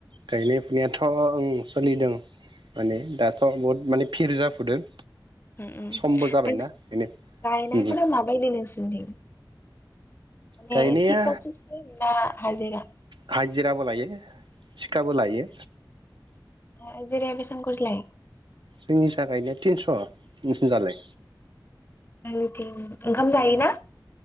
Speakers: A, on the right; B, on the left.
A: गायनाय फुनायाथ' ओं सोलिदों। माने दाथ' बहुद माने भिर जाफुदों।
B: ओ ओ नोंसि
A: समबो जाबायना बेनो
B: गायनायफोरा
A: उम
B: माबायदि नोंसिनिथिं? माने
A: गायनाया
B: टिका सिसटिम ना हाजिरा?
A: हाजिराबो लायो थिखाबो लायो।
B: हाजिराया बेसां खरि लायो?
A: जोंनि जा गायनाया थिनस' नोंसिनि जालाय?
B: जोंनिथिं ओंखाम जायोना?